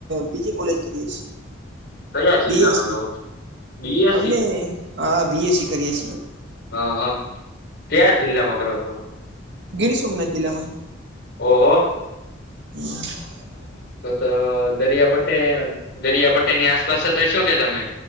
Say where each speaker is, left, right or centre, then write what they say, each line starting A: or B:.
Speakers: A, on the right; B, on the left.
A: બીજી કોલેજ કરીએ છે.
B: કયા જિલ્લામાં
A: બીએસી
B: કરો છો? બીએસસી
A: અમે હા બીએસી કરીએ છીએ.
B: હ હા ક્યાં જિલ્લામાં કરો છો.
A: ગિર સોમનાથ જિલ્લામાં.
B: ઓહો.
A: હમ્મ.
B: તો તો દરિયા પટ્ટે દરિયા પટ્ટેની આસપાસ થશો કે તમે